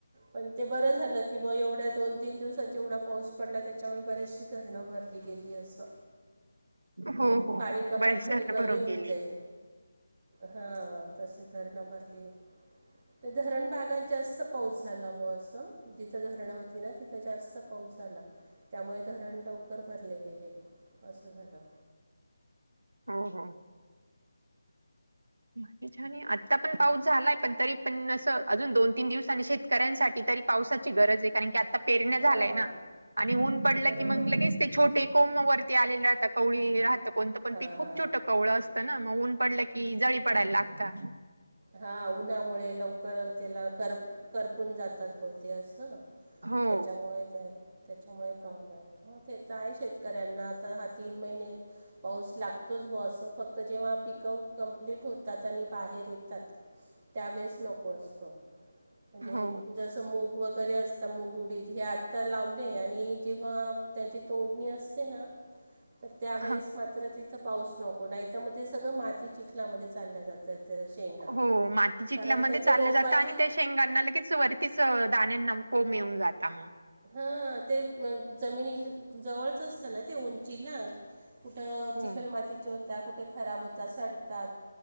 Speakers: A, on the right; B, on the right.
A: पण ते बरं झालं की ब एवढ्या दोन-तीन दिवसाच जेवढा पाऊस पडला त्याच्यामुळे बरेचशी धरणं भर लिगेली असं
B: हो, हो.
A: पाणी कपात
B: बरेच
A: थोडी
B: धरणं
A: कमी
B: भरून
A: होऊन
B: गेले.
A: जाईल. हा तशी धरणं भरली. ते धरण भागात जास्त, पाऊस झाला बुवा असं. तिथ धरणं होती ना तिथं जास्त पाऊस झाला, त्यामुळे धरण लवकर भरले गेले. असं झाला.
B: हो हो. <inaudible> छान ये आत्ता पण पाऊस झालाय पण तरी पण असं अजून दोन-तीन दिवसानी शेतकऱ्यांसाठी तरी पावसाची गरज आहे कारण की आता पेरण्या झालाय
A: हां
B: ना आणि ऊन पडलं
A: बरोबर
B: की मंग
A: आहे
B: लगेच ते छोटे कोंमं वरती आलेली राहतं कवळी राहतं कोणतं पण
A: हां
B: पिक खूप
A: हां
B: छोटं कवळं असतं ना म ऊन पडलं की जळी पडायला लागता.
A: हा उन्हामुळे लवकर त्याला कर करपून जातात बहुते असं.
B: हो
A: त्याच्यामुळे त्या त्याच्यामुळे प्रॉब्लेम येतो तेथे, आहे शेतकऱ्यांना आता हा तीन महिने. पाऊस लागतोच बो असं फक्त जेव्हा पिकं कम्प्लीट होतात आणि बाहेर ये तात त्यावेळेस नको असतो म्हणजे
B: हो
A: जसं मूग वगैरे असतं मुग उडीद हे आता लावले आणि जेव्हा त्याची तोडणी असते ना तर त्यावेेळेस
B: ह
A: मात्र तिथं पाऊस नको नाही तर ते सगळं माती चिखलामध्ये चाललं जात्यात त्या शेंगा
B: हो माती चिखल्यामध्ये
A: कारण त्यांच्या
B: चाललं
A: रोपाची
B: जातं आणि त्या शेंगांना ला लगेच च वरतीच दाण्यांना कोम येऊन जाता म.
A: हा ते म जमिनी जवळच असतना ते उंचीला कुठं
B: हो
A: चिखलमातीचे त्या कुठे खराब होता सडतात.